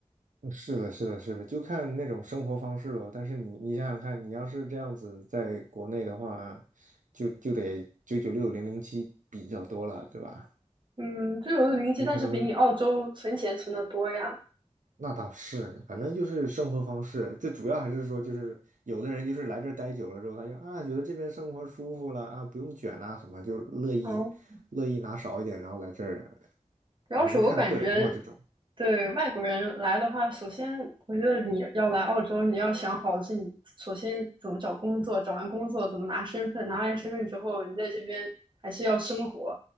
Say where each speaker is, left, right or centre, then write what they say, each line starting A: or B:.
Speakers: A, on the right; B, on the right.
A: 嗯是的，是的，是的，就看那种生活方式了。但是你，你想想看，你要是这样子在国内的话，就就得九九六零零七比较多了，对吧？
B: 嗯，就有的零息，
A: 你可能
B: 但是比你澳洲存钱存的多呀，
A: 那倒是，反正就是生活方式，最主要还是说，就是有的人就是来这儿待久了之后，他就啊觉得这边生活舒服了啊，不用卷啦什么，就乐意乐意拿少一点，
B: 嗯。
A: 然后来这儿，
B: 主要是我感觉
A: 反正看个人的嘛，这种。
B: 对外国人来的话，首先我觉得你要来澳洲，你要想好的是你首先怎么找工作，找完工作怎么拿身份，拿完身份之后，你在这边还是要生活，